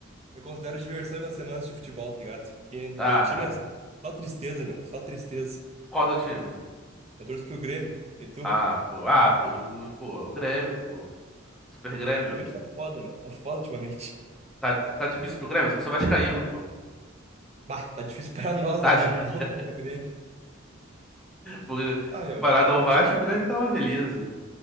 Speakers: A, on the right (about 30°); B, in the centre.
A: eu considero diversão nas semanas de futebol, tá ligado? Porque meu
B: Ah,
A: time é
B: é.
A: só tristeza, meu, só tristeza.
B: Qual é o teu time?
A: Eu torço pro Grêmio, e tu?
B: Ah, pô. Ah, pô. Ju- Pô, é o Grêmio, pô. Super Grêmio.
A: Ultimamente tá foda, meu, tá foda ultimamente.
B: Tá, tá difícil pro Grêmio? Eu sou vascaíno, pô.
A: Bah, tá difícil pra nós,
B: Tá,
A: na real,
B: di- <laughs>
A: <laughs> não só pro Grêmio.
B: porque
A: Ah,
B: comparado
A: meu,
B: ao
A: o
B: Vasco,
A: time,
B: o Grêmio tá uma beleza.